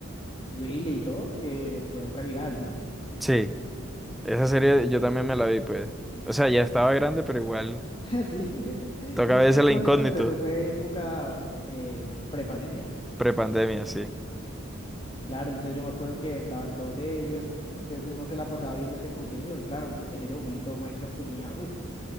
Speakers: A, on the left; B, in the centre.
A: Willy y todo, que fue re viral, ¿no?
B: sí, esa serie yo también me la vi, pues. O sea, ya estaba grande, pero igual
A: <laughs> Sí, <laughs> sí,
B: toca
A: es que
B: a veces
A: no
B: la
A: fue
B: incógnito,
A: hace tanto, eso fue época eh, prepandemia.
B: prepandemia, sí.
A: Claro, entonces yo me acuerdo que estaban todos ellos, entonces uno se la pasaba viendo ese contenido y claro, en ese momento Minecraft tenía, uff,